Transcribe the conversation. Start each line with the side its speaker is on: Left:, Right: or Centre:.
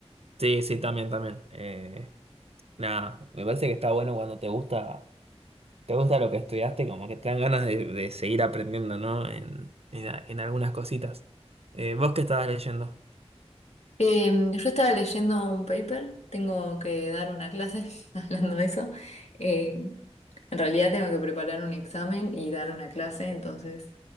Right: Sí, sí, también, también. Eh, nada, me parece que está bueno cuando te gusta, te gusta lo que estudiaste, como que te dan ganas de, de seguir aprendiendo, ¿no? En, en, en algunas cositas. Eh, ¿vos qué estabas leyendo?
Left: Em, yo estaba leyendo un paper, tengo que dar una clase <laughs> hablando de eso. Eh, en realidad tengo que preparar un examen y dar una clase, entonces